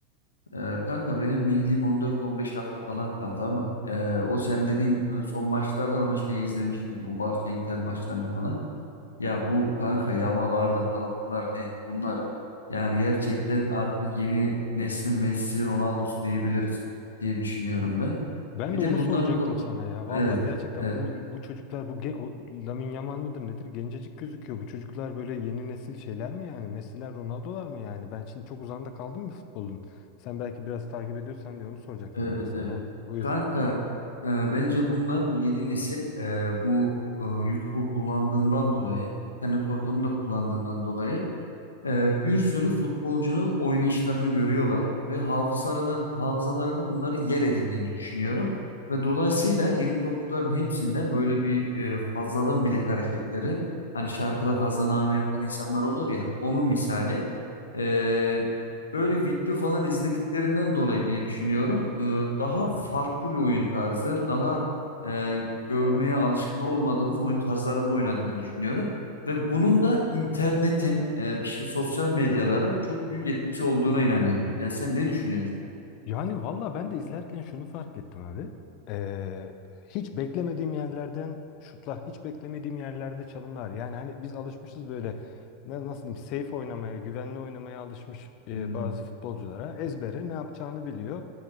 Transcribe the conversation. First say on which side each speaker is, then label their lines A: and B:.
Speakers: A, on the left (about 80°); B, on the left (about 45°).
A: Ee, kanka benim bildiğim 14-15 hafta falan kaldı ama ee, o sen dediğin e, son maçlardan ama şeyi izlemiştim bu Barça Inter maçlarını falan. Ya bu kanka Yamalarda falan bunlar ne? Bunlar yani gerçekten artık yeni neslin Messi Ronaldo'su diyebiliriz diye düşünüyorum ben.
B: Ben
A: Bir
B: de
A: de
B: onu
A: bunları
B: soracaktım
A: ko-
B: sana ya. Vallahi
A: evet
B: gerçekten
A: evet
B: bu bu çocuklar bu ge- o, Lamine Yamal mıdır nedir? Gencecik gözüküyor. Bu çocuklar böyle yeni nesil şeyler mi yani? Messi'ler, Ronaldo'lar mı yani? Ben şimdi çok uzanda kaldım mı futbolun? Sen belki biraz takip ediyorsan diye onu soracaktım
A: Evet
B: ben de sana.
A: evet.
B: Ha, buyur.
A: Kanka e, bence bunlar bu yeni nesil e, bu e, YouTube'u kullandığından dolayı internet ortamını da kullandığından dolayı e, bir sürü futbolcunun oynayışlarını görüyorlar ve hafızalar, hafızalarında bunları yer edindiğini düşünüyorum. Ve dolayısıyla yeni topçuların hepsinde böyle bir e, fazladan bilek hareketleri hani şarkıda fazla name yapan insanlar olur ya onun misali e, böyle video falan izlediklerinden dolayı diye düşünüyorum. E, daha farklı bir oyun tarzı daha e, görmeye alışkın olmadığımız oyun tarzlarında oynadığını düşünüyorum. Ve bunun da internetin, e, işte sosyal medyaların çok büyük etkisi olduğuna inanıyorum. Yani sen ne düşünüyorsun?
B: Yani valla ben de izlerken şunu fark ettim abi. Ee, hiç beklemediğim yerlerden şutlar, hiç beklemediğim yerlerde çalımlar. Yani hani biz alışmışız böyle ne- nasıl diyeyim safe oynamaya, güvenli oynamaya alışmış e,
A: Hmm,
B: bazı futbolculara. Ezbere ne yapacağını biliyor.